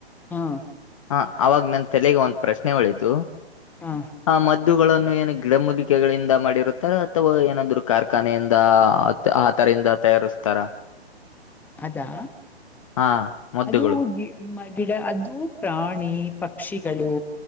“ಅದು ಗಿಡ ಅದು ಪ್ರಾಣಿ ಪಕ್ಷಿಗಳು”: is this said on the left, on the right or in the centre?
Centre